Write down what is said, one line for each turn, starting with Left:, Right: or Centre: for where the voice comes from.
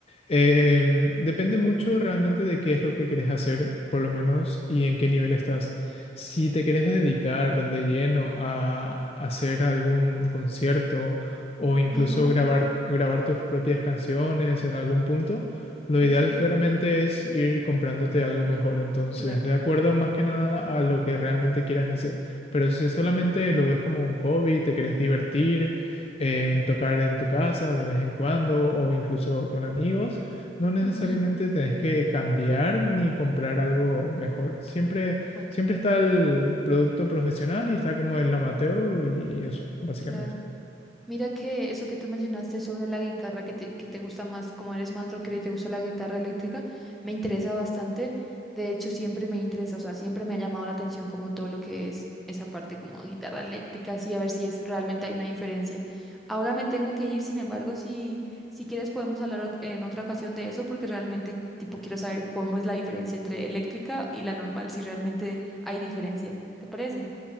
Left: Em, depende mucho realmente de qué es lo que querés hacer, por lo menos, y en qué nivel estás. Si te querés dedicar de lleno a hacer algún concierto o incluso
Centre: Ajá,
Left: grabar, grabar tus propias canciones en algún punto, lo
Centre: ok,
Left: ideal claramente es ir comprándote algo mejor. Entonces,
Centre: claro.
Left: de acuerdo más que nada a lo que realmente quieras hacer. Pero si solamente lo ves como un hobby, te querés divertir en tocar en tu casa de vez en cuando o incluso con amigos, no necesariamente
Centre: Ujú,
Left: tenés que cambiar ni comprar algo mejor. Siempre,
Centre: ok,
Left: siempre está el producto profesional y está como el amateur y eso, básicamente.
Centre: claro. Mira que eso que tú mencionaste sobre la guitarra, que te, que te gusta más, como eres más rockero y te gusta la guitarra eléctrica, me interesa bastante. De hecho, siempre me interesa, o sea, siempre me ha llamado la atención como todo lo que es esa parte como guitarra eléctrica, así a ver si es realmente hay una diferencia. Ahora me tengo que ir, sin embargo, si, si quieres podemos hablar ot- en otra ocasión de eso, porque realmente tipo quiero saber cómo es la diferencia entre eléctrica y la normal, si realmente hay diferencia. ¿Te parece?